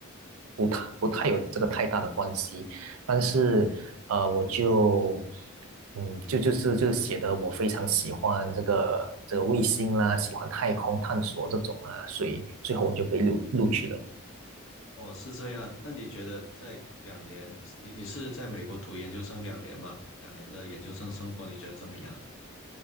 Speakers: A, on the right (about 85°); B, on the left (about 65°).
A: 不太不太有这个太大的关系。但是呃，我就嗯，就就是就是写的我非常喜欢这个这个卫星啦，喜欢太空探索这种啊，所以最后我就被录录取了。
B: 哦，是这样。那你觉得在两年，你你是在美国读研究生两年吗？两年的研究生生活你觉得怎么样？